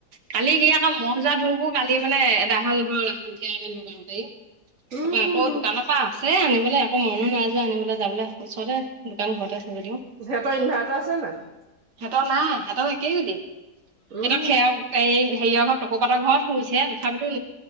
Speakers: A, on the right (about 85°); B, on the right (about 50°).
A: কালি কি আকৌ মহ যোৱা ধূপো কালি মানে এডাই হল নহয় সন্ধিয়াকে লগাওঁতে।
B: উম
A: ত' আকৌ দোকানৰ পৰা আছে আনিব মানে আকৌ মনো নাইযোৱা আনিবলৈ যাবলৈ ওচৰতে দোকান ঘৰতে যদিও
B: সিহঁতৰ ইনভাৰ্টাৰ আছে নাই?
A: সিহঁতৰ নাই সিহঁতৰ একেই গতি, সিহঁতৰ
B: উম
A: খেৰ এই হেৰিয়ৰ ঘৰত তকৌ পাতৰ ঘৰত শুইছে তথাপিতো